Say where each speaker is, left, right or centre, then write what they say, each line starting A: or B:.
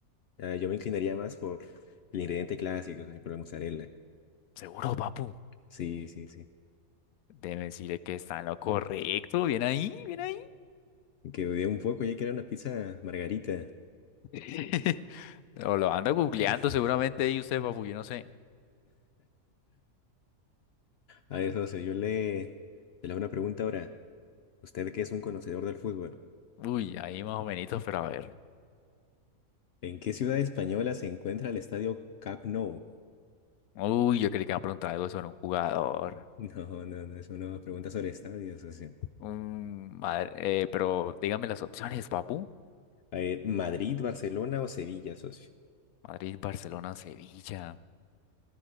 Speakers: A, on the left; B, on the left.
A: Ah, yo me inclinaría más por el ingrediente clásico, así por la mozzarella.
B: seguro, papu.
A: Sí, sí, sí.
B: Debe decirle que está en lo correcto. Bien ahí, bien ahí.
A: Que dudé un poco ya que era una pizza margarita.
B: <laughs> O lo anda googleando
A: <clears throat> <laughs>
B: seguramente ahí usted, papu, yo no sé.
A: A ver, socio, yo le, le hago una pregunta ahora. Usted que es un conocedor del fútbol,
B: Uy, ahí más o menos, pero a ver.
A: ¿en qué ciudad española se encuentra el estadio Camp Nou? <laughs>
B: Uy, yo creí que me iba a preguntar algo sobre un jugador.
A: No, no, no, es una pregunta sobre estadios, socio.
B: Mm, madre- eh, pero dígame las opciones, papu.
A: A ver, ¿Madrid, Barcelona o Sevilla, socio?
B: Madrid, Barcelona, Sevilla.